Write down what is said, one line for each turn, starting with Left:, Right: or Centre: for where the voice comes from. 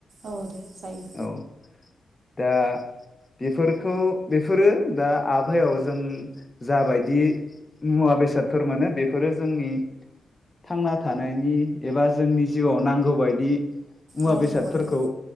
Right: औ दे जायो
Left: औ दा बेफोरखौ बेफोरो दा आ भावायाव जों जाबायदि मुवा बेसादफोर मोनो बेफोरो जोंनि थांना थानायनि एबा जोंनि जिउआव नांगौबायदि मुवा
Right: नांगौ
Left: बेसादफोरखौ
Right: बायदियाव